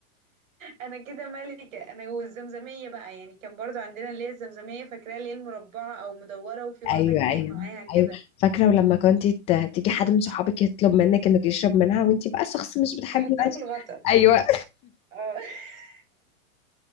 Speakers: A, on the right; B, on the left.
A: انا كده ملكة انا والزمزمية بقى يعني كان برضو عندنا اللي هي الزمزمية فاكراها اللي هي المربعة او مدورة وفي غطا
B: ايوه
A: كبير
B: ايوه
A: معاها كده
B: ايوه فاكره ولما كنت ت- تيجي حد من صحابك يطلب منك انك يشرب منها وانت بقى شخص مش بتحبي
A: احط
B: بقى
A: له في الغطا
B: ايوه
A: اه <laughs>